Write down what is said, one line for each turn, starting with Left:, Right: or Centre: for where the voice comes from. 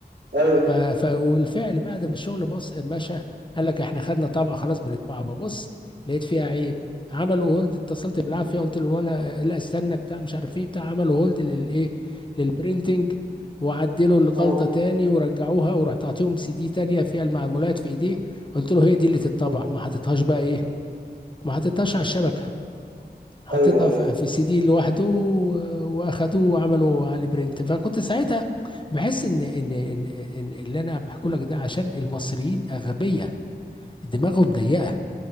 Right: ايوه
Left: ف... ف... والفعل بعد ما الشغل بص مشى قال لك احنا خدنا طبعه خلاص بنطبعها ببص لقيت فيها عيب عملوا هولد اتصلت بالعافيه قلت له ولا لا استنى بتاع مش عارف ايه بتاع عملوا هولد للايه للبرينتنج وعدلوا الغلطه
Right: مم.
Left: تاني ورجعوها ورحت اعطيهم سي دي تانيه فيها المعلومات في ايديه قلت له هي دي اللي تتطبع
Right: مم.
Left: ما حطيتهاش بقى ايه ما حطيتهاش على الشبكه حطيتها
Right: ايوه
Left: ف-
Right: ايوه
Left: في سي دي لوحده و- واخدوه وعملوا عليه برنت فكنت ساعتها بحس ان ان ان, إن اللي انا بحكي لك ده عشان المصريين اغبياء دماغهم ضيقه